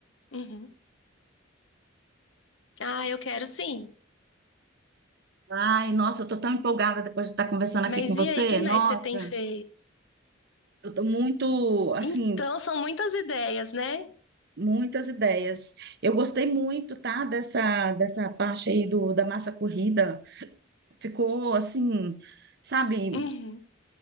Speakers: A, on the left; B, on the right.
A: Uhum. Ah, eu quero sim.
B: Ai, nossa, eu tô tão empolgada depois de estar conversando aqui
A: Mas
B: com você.
A: e aí, o que mais
B: Nossa,
A: você tem feito?
B: eu tô muito, assim,
A: Então, são muitas ideias, né?
B: muitas ideias. Eu gostei muito, tá? Dessa, dessa parte aí do, da massa corrida. Ficou, assim, sabe,
A: Uhum.